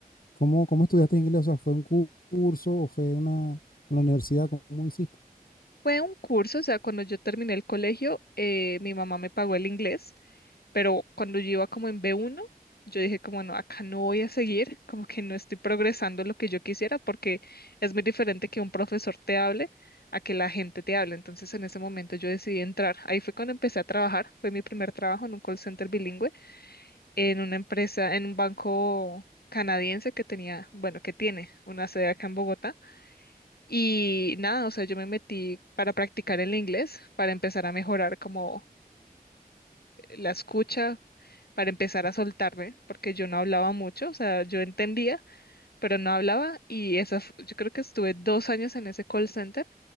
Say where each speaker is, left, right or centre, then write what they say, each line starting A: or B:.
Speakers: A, on the left (about 65°); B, on the left (about 85°).
A: ¿cómo, cómo estudiaste inglés? O sea, ¿fue un cu- curso o fue una, en la universidad? ¿Cómo hiciste?
B: Fue un curso, o sea, cuando yo terminé el colegio, eh, mi mamá me pagó el inglés pero cuando yo iba como en B1, yo dije como no, acá no voy a seguir, como que no estoy progresando lo que yo quisiera porque es muy diferente que un profesor te hable a que la gente te hable. Entonces en ese momento yo decidí entrar. Ahí fue cuando empecé a trabajar, fue mi primer trabajo en un call center bilingüe, en una empresa, en un banco canadiense que tenía, bueno, que tiene una sede acá en Bogotá. Y nada, o sea, yo me metí para practicar el inglés, para empezar a mejorar como la escucha para empezar a soltarme, porque yo no hablaba mucho, o sea, yo entendía, pero no hablaba y esa, fu- yo creo que estuve dos años en ese call center